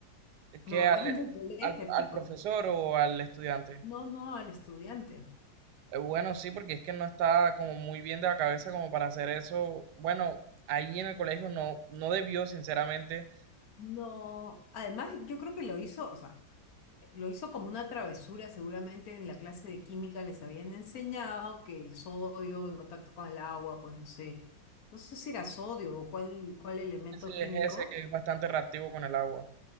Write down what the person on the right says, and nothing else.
que
al,
al,
al
profesor o al estudiante.
Eh, bueno, sí, porque es que no estaba como muy bien de la cabeza como para hacer eso. Bueno, ahí en el colegio no, no debió, sinceramente,
ese
es ese que es bastante reactivo con el agua.